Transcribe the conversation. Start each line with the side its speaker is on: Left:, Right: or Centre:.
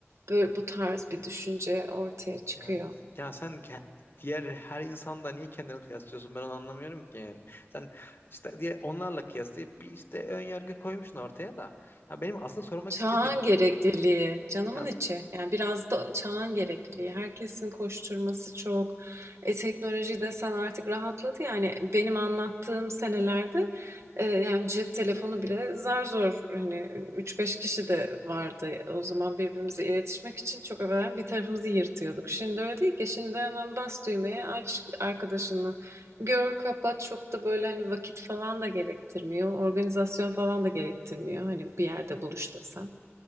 Right: böyle bu tarz bir düşünce ortaya çıkıyor.
Left: ya, ya sen ke- diğer her insanda niye kendini kıyaslıyorsun? Ben onu anlamıyorum ki yani. Sen işte diye onlarla kıyaslayıp bir işte ön yargı koymuşsun ortaya da. Ya benim asıl sormak
Right: Çağın
Left: istediğim
Right: gerekliliği, canımın
Left: ya
Right: içi. Yani biraz da çağın gerekliliği. Herkesin koşturması çok. E, teknoloji desen artık rahatladı. Yani benim anlattığım senelerde e, yani cep telefonu bile zar zor hani e, üç beş kişi de vardı. O zaman birbirimize iletişmek için çok evvelen bir tarafımızı yırtıyorduk. Şimdi öyle değil ki. Şimdi hemen bas düğmeye aç arkadaşını. Gör, kapat çok da böyle hani vakit falan da gerektirmiyor. Organizasyon falan da gerektirmiyor. Hani bir yerde buluş desem.